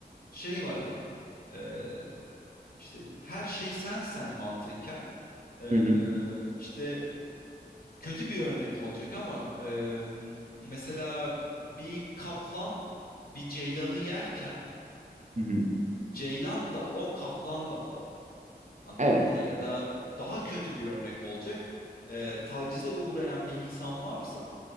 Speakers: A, on the left; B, on the right.
A: şey var hani eee, işte her şey sensen mantıken eee,
B: Hı hı,
A: işte kötü bir örnek olacak ama eee, mesela bir kaplan bir ceylanı yerken
B: hı hı.
A: ceylan da o kaplan da o anladın
B: Evet.
A: mı? Ya da daha kötü bir örnek olacak Eee, tacize uğrayan bir insan varsa